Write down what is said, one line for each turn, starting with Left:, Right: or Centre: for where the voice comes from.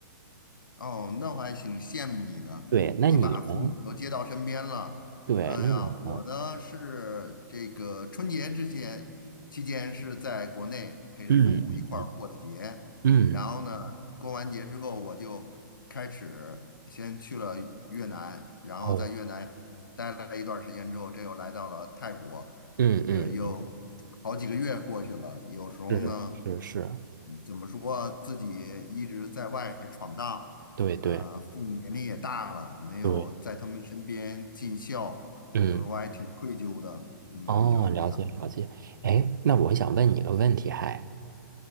Left: 哦，那我还挺羡慕你的，
Right: 对，那你呢？
Left: 你把父母都接到身边了。
Right: 对，
Left: 哎呀，
Right: 那你呢？
Left: 我呢是这个春节之前期间是在国内陪着父母一块儿过的节，
Right: 嗯嗯嗯，
Left: 然后呢，过完节之后我就开始先去了越南，然后在越南待了一段时间之后，
Right: 哦，
Left: 这又来到了泰国，
Right: 嗯嗯嗯，
Left: 这又好几个月过去了，有时候呢，
Right: 是是是，
Left: 嗯怎么说自己一直在外闯荡。
Right: 对对
Left: 啊，父母年龄也大了，没有在他们身边尽孝，
Right: 对，嗯，
Left: 有时候还挺愧疚的。嗯，
Right: 哦，
Left: 就是这样。
Right: 了解了解。哎，那我想问你个问题，还，